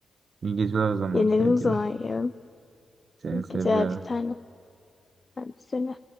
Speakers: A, on the right; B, on the left.
A: İyi geceler o zaman
B: Yenelim
A: sevgili.
B: o zaman yarın.
A: Seni
B: İyi
A: seviyorum.
B: geceler bir tanem. Ben bir seni.